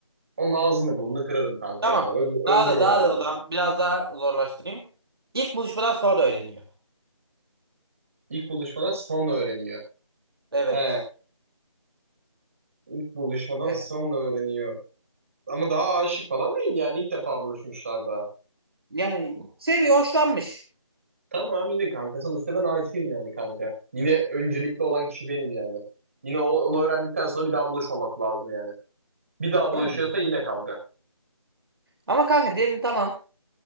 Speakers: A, on the right; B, on the right.
A: Onun ağzını burnunu kırarım kanka
B: Tamam.
A: yani. Öldü-
B: Daha
A: öldürürüm
B: da daha
A: onu orada.
B: da o zaman biraz daha zorlaştırayım. İlk buluşmadan sonra öğreniyor.
A: İlk buluşmadan sonra öğreniyor.
B: Evet.
A: He, ilk buluşmadan
B: Evet.
A: sonra öğreniyor. Ama daha aşık falan değil yani ilk defa buluşmuşlar daha.
B: Yani seviyor hoşlanmış.
A: Tamam yine kanka sonuçta ben aşığım yani kanka. Yine öncelikli olan kişi benim yani. Yine o- onu öğrendikten sonra bir daha buluşmaması lazım yani. Bir daha
B: Ben
A: buluşuyorsa yine kanka.
B: Ama kanka diyelim tamam.